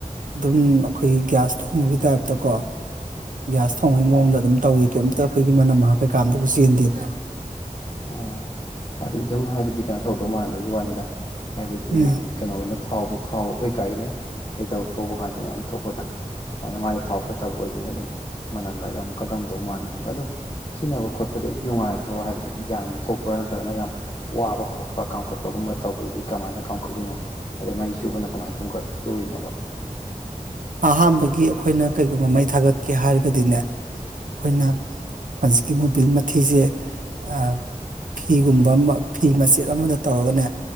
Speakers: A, on the right (about 75°); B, on the left (about 40°).
A: ꯑꯗꯨꯝ ꯑꯈꯣꯏꯒꯤ ꯒ꯭ꯌꯥꯁ ꯊꯣꯡꯕꯒꯤ ꯇꯥꯏꯞꯇꯀꯣ ꯒ꯭ꯌꯥꯁ ꯊꯣꯡꯕꯩ ꯃꯑꯣꯡꯗ ꯑꯗꯨꯝ ꯇꯧꯏ ꯀꯩꯝꯇ ꯑꯩꯈꯣꯏꯒꯤ ꯃꯅꯝ ꯃꯍꯥ ꯀꯩꯀꯥ <unintelligible> ꯆꯦꯟꯗꯦꯕ꯫
B: ꯑꯣ ꯍꯥꯏꯕꯗꯤ ꯑꯗꯨꯝ ꯍꯥꯏꯕꯗꯤ ꯀꯩꯅꯣ ꯇꯧꯗꯧ ꯃꯥꯟꯕꯒꯤ ꯋꯥꯅꯤꯗ ꯍꯥꯏꯕꯗꯤ
A: ꯎꯝ
B: ꯀꯩꯅꯣ ꯅꯠ ꯊꯥꯎꯕ ꯊꯥꯎ ꯑꯩꯈꯣꯏ ꯒꯥꯔꯤꯅ ꯀꯩ ꯇꯧ ꯊꯧꯕ ꯀꯥꯟꯁꯨ ꯃꯌꯥꯝ ꯊꯣꯛꯄꯗꯣ ꯑꯗꯨꯃꯥꯏꯅ ꯃꯥꯁꯨ ꯊꯥꯎ ꯐꯠ ꯇꯕ ꯑꯣꯏꯕꯅꯤꯅ ꯑꯗꯨꯝ ꯃꯅꯝꯒꯗꯤ ꯌꯥꯝ ꯀꯂꯝꯗꯧ ꯃꯥꯟꯕꯅꯤ ꯑꯗꯨ ꯁꯤꯖꯤꯟꯅꯕ ꯈꯣꯠꯄꯗꯤ <unintelligible> ꯅꯨꯡꯉꯥꯏꯕ꯭ꯔꯣ ꯍꯥꯏꯕꯗꯤ ꯌꯥꯡꯅ ꯊꯣꯛꯄ꯭ꯔꯥ ꯅꯠꯇ꯭ꯔꯒꯅ ꯌꯥꯝ ꯋꯥꯕ ꯈꯣꯠꯄ ꯀꯥꯝꯈꯠ ꯄꯒꯨꯝꯕ ꯇꯧꯕꯗꯗꯤ ꯀꯃꯥꯏꯅ ꯀꯥꯝꯈꯠꯂꯤꯅꯣ ꯑꯗꯩ ꯃꯩ ꯆꯨꯕꯅ ꯀꯃꯥꯏꯅ ꯆꯨꯝꯈꯠ ꯆꯨꯔꯤꯅꯣꯕ꯫
A: ꯑꯍꯥꯟꯕꯒꯤ ꯑꯩꯈꯣꯏꯅ ꯀꯩꯒꯨꯝꯕ ꯃꯩ ꯊꯥꯒꯠꯀꯦ ꯍꯥꯏꯔꯒꯗꯤꯅꯦ ꯑꯈꯣꯏꯅ ꯍꯧꯖꯤꯛꯀꯤ ꯃꯣꯕꯤꯜ ꯃꯊꯤꯁꯦ ꯑ ꯐꯤꯒꯨꯝꯕ ꯑꯃ ꯐꯤ ꯃꯆꯦꯠ ꯑꯃꯗ ꯇꯧꯔꯒꯅꯦ